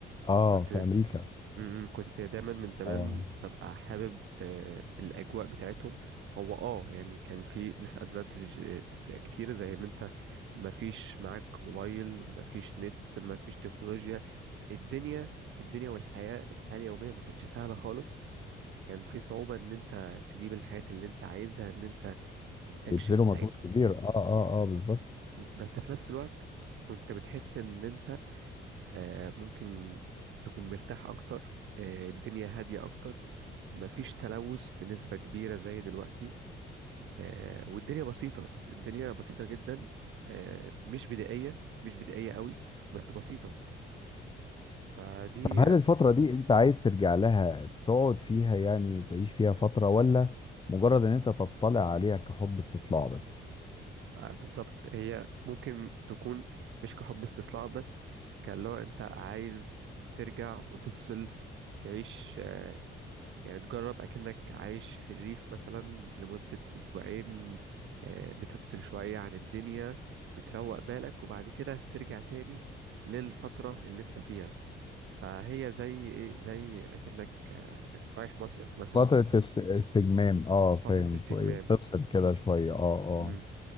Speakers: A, on the left; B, on the right.
A: اه
B: كنت
A: في امريكا اه
B: م- م، كنت دايما من زمان
A: اه
B: ببقى حابب آه، الأجواء بتاعتهم هو اه يعني كان في ديس ادفانتجز كتير زي ان انت مفيش معاك موبايل مفيش نت مفيش تكنولوجيا الدنيا الدنيا والحياة الحياة اليومية ما كانتش سهلة خالص كان في صعوبة ان انت تجيب الحياة اللي انت عايزها ان انت تستكشف
A: بيبذلوا مجهود كبير اه اه اه بالظبط
B: بس في نفس الوقت كنت بتحس ان انت آه، ممكن تكون مرتاح اكتر آه، الدنيا هادية اكتر مفيش تلوث بنسبة كبيرة زي دلوقتي آه، والدنيا بسيطة الدنيا بسيطة جدا آه، مش بدائية مش بدائية قوي بس بسيطة فدي
A: طب هل
B: فترة
A: الفترة دي انت عايز ترجع لها تقعد فيها يعني تعيش فيها فترة ولا مجرد ان انت تطلع عليها كحب استطلاع بس
B: آه، بالظبط هي ممكن تكون مش كحب استصلاح بس كان لو انت عايز ترجع وتفصل تعيش يعني تجرب أكنك عايش في الريف مثلا لمدة أسبوعين آه، بتفصل شوية عن الدنيا بتروق بالك وبعد كده ترجع تاني للفترة اللي انت فيها فهي زي ايه زي أكنك آه، رايح مصيف مثلا
A: فترة است- استجمام اه فاهم
B: فترة استجمام
A: شوية تفصل كده شوية اه اه
B: مم.